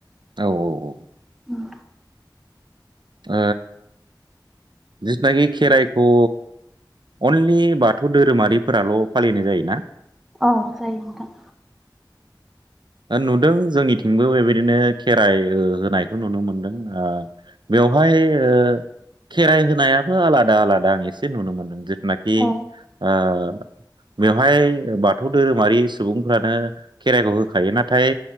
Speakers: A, on the right; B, in the centre.
A: औ औ औ
B: उम
A: ओ जितनाखि खेराइखौ अनलि बाथौ धोरोमारिफोराल' फालिनाय जायोना?
B: औ जायो नोंथां,
A: औ नुदों जोंनिथिंबो बेबायदिनो खेराइ हो-होनायखौ नुनो मोनदों, बेवहाय ओ खेराइ होनायाबो आलादा-आलादा आं एसे नुनो मोनदों जिथुनाखि
B: औ
A: ओ बेवहाय बाथौ धोरोमारि सुबुंफ्रानो खेराइखौ होखायो, नाथाय